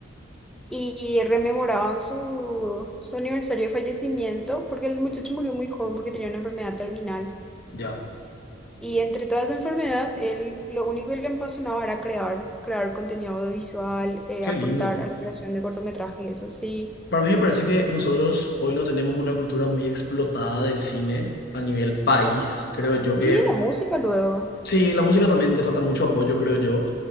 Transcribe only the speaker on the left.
Ya.
Qué
lindo.
Para mí me parece que nosotros hoy no tenemos una cultura muy explotada del cine a nivel país. Creo yo que
Sí, la música también le falta mucho apoyo, creo yo.